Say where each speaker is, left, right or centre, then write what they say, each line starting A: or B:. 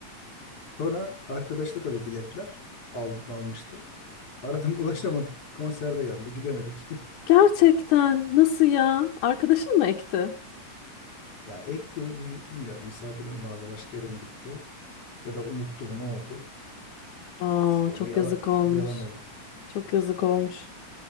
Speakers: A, on the left (about 55°); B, on the left (about 85°).
A: Sonra arkadaş da tabii biletler al, almıştı. Aradım <laughs> ulaşamadım. Konserde yandı gidemedik. <laughs>
B: Gerçekten nasıl ya? Arkadaşın mı ekti?
A: Ya ekti bi- bilmiyorum misafir mi vardı başka yere mi gitti ya da unuttu mu ne oldu.
B: Aa
A: Sonra
B: çok
A: yala-
B: yazık olmuş.
A: yalan oldu.
B: Çok yazık olmuş.